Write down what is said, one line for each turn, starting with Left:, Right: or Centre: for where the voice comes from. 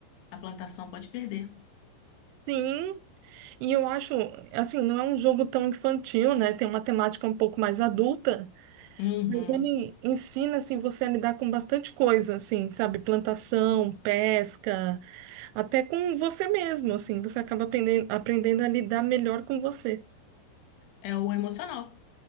Left: a plantação pode perder.
Right: <laughs> sim. E eu acho, assim, não é um jogo tão infantil, né? Tem uma temática um pouco mais adulta,
Left: Uhum.
Right: mas ele ensina, assim, você a lidar com bastante coisa, assim, sabe? Plantação, pesca, até com você mesmo, assim. Você acaba aprendendo, aprendendo a lidar melhor com você.
Left: É o emocional,